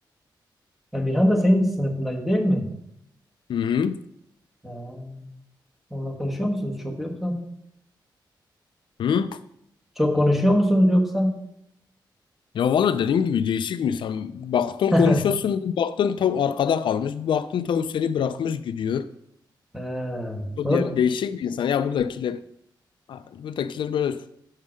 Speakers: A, in the centre; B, on the left.
A: Ya Mirhan da senin sınıfındaydı değil mi?
B: Hı hı.
A: Ha. Onunla konuşuyor musunuz çok yoksa?
B: Hı?
A: Çok konuşuyor musunuz yoksa?
B: Ya valla dediğim gibi değişik mi insan? Baktın
A: <laughs>
B: konuşuyorsun, bir baktın tav arkada kalmış, bir baktın tav seni bırakmış gidiyor.
A: Ha.
B: Bu
A: O
B: Yani
A: da,
B: değişik bir insan. Ya buradakiler, buradakiler böyle